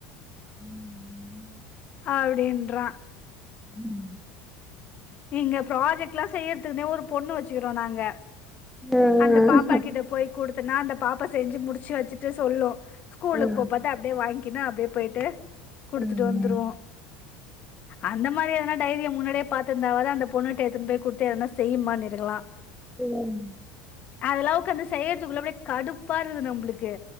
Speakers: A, in the centre; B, on the left.
A: ம் ம் ம்
B: அப்டின்றா
A: ம்
B: இங்க ப்ராஜெக்ட்ல்லா செய்றதுகுன்னே ஒரு பொண்ணு வச்சுறுக்றோ நாங்க
A: ம்
B: அந்த பாப்பா கிட்ட போய் குடுத்தன்னா அந்த பாப்பா செஞ்சி முடிச்சி வச்சிட்டு சொல்லு ஸ்கூலுக்கு
A: ம்
B: போம் போத அப்டே வாங்கினு அப்டியே போய்ட்டு குடுத்துட்டு
A: ம்
B: வந்துருவோ அந்த மாரி எதனா டைரிய முன்னாடியே பாத் திருந்தாவாது அந்த பொண்ணுகிட்ட எடுத்துன்னு போய் குடுத்து எதனா செய்யிம்மான்னு இருக்கலா
A: ம்
B: அதெல்லா உக்காந்து செய்யறதுக்குள்ளே அப்டே கடுப்பாருக்குது நம்ப்ளுக்கு